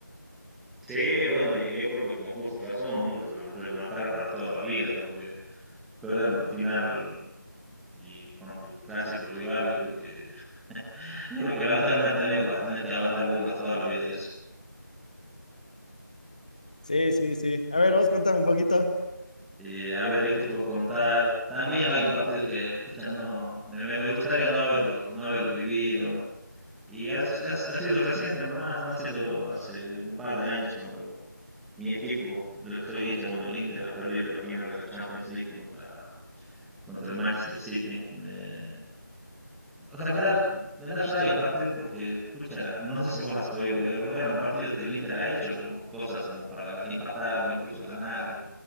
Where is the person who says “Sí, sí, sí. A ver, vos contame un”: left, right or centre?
Left